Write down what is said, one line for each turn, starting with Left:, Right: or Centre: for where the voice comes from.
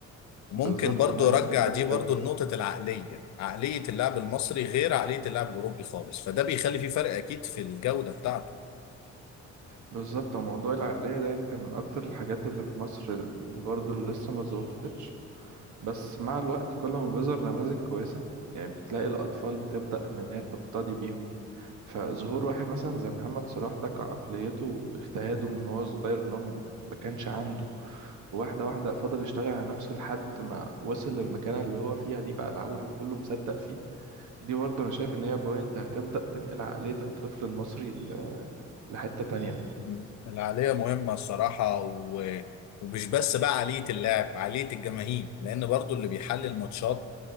Left: ممكن
Right: بالظبط
Left: برضو
Right: ما هي
Left: ارجع
Right: الفكرة
Left: دي
Right: في
Left: برضو
Right: كده
Left: لنقطة العقلية عقلية اللاعب المصري غير عقلية اللاعب الاوروبي خالص فده بيخلي فيه فرق اكيد في الجودة بتاعته
Right: بالظبط هو موضوع العقلية ده يمكن من أكتر الحاجات اللي في مصر اللي برضو اللي لسه ما اتظبطتش بس مع الوقت كل ما بيظهر نماذج كويسة يعني بتلاقي الأطفال بتبدأ إن هي تقتدي بيهم فظهور واحد مثلا زي محمد صلاح ده كعقليته واجتهاده من وهو صغير ان هو ما كانش عنده واحدة واحدة فضل يشتغل على نفسه لحد ما وصل للمكانة اللي هو فيها دي بقى العالم كله مصدق فيه دي برضه أنا شايف إن هي بوينت هتبدأ تنقل عقلية الطفل المصري ل- لحتة تانية
Left: مم. العقلية مهمة الصراحة و... ومش بس بقى عقلية اللاعب عقلية الجماهير لان برضو اللي بيحلل ماتشات